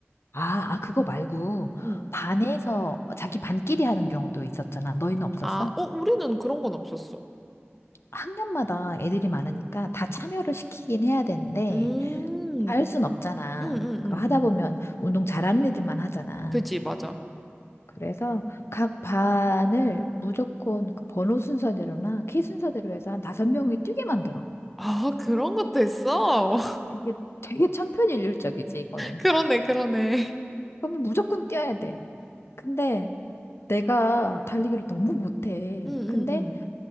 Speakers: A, on the left; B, in the centre.
A: 아, 아, 그거 말고
B: 음.
A: 반에서 자기 반끼리 하는 경우도 있었잖아. 너희는 없었어?
B: 아, 어, 우리는 그런 건 없었어.
A: 학년마다 애들이 많으니까 다 참여를 시키긴 해야 되는데
B: 음.
A: 다 할 순 없잖아.
B: 음, 음,
A: 그거
B: 음,
A: 하다
B: 음.
A: 보면 운동 잘하는 애들만 하잖아.
B: 그지, 맞아.
A: 그래서 각 반을 무조건 그 번호 순서대로나 키 순서대로 해서 한 다섯 명이 뛰게 만들어.
B: 아, 그런 것도 있어?
A: 되게 되게 천편일률적이지 이거는.
B: 그러네, 그러네.
A: 그러면 무조건 뛰어야 돼. 근데 내가 달리기를 너무 못해.
B: 응, 응,
A: 근데
B: 응.